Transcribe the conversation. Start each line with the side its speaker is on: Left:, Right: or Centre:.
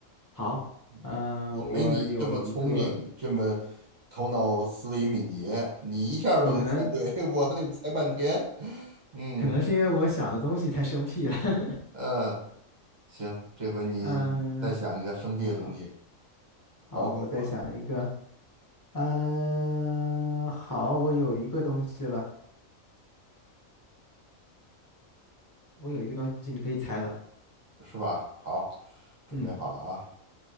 Left: 好，
Right: 我
Left: 呃，
Right: 我没你这么聪明，
Left: 我有一个，
Right: 这么头脑思维敏捷，你一下儿都能猜对，
Left: 我可能
Right: <laughs> 我还得猜半天，嗯
Left: 可能是因为我想的东西太生僻了。<laughs>
Right: 嗯。呃行，这回你再想一个生僻的东西
Left: 嗯，好好，
Right: 考考我，
Left: 我再想一个。嗯，好，我有一个东西了，我有一个东西，你可以猜了。
Right: 是吧？好，准备好了啊。
Left: 嗯，